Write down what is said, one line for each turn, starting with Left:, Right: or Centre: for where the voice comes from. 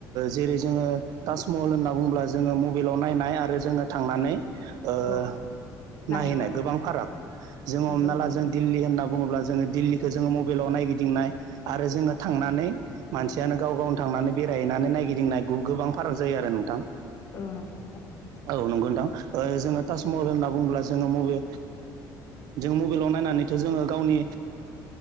Right: जेरै जोङो ताजमहल होनना बुङोब्ला जोङो मबाइलाव नायनाय आरो जोङो थांनानै नायहैनाय
Left: औ नायहैनाय
Right: गोबां फाराग
Left: औ
Right: जों हमना
Left: नंगौ नोंथां
Right: ला जों दिल्ली होन होनना बुङोब्ला जोङो दिल्लीखौ जोङो मबाइलाव नायगिदिंनाय आरो जोङो थांनानै मानसियानो गाव गावनि थांनानै बेरायहैनानै नायगिदिंनायखौ गोबां फाराग जायो आरो नोंथां।
Left: औ नंगौ नोंथां
Right: औ नंगौ नोंथां। जोङो टास मबेल होनना बुङोब्ला जोङो मबे जों मबाइलाव नायनानैथ' जोङो गावनि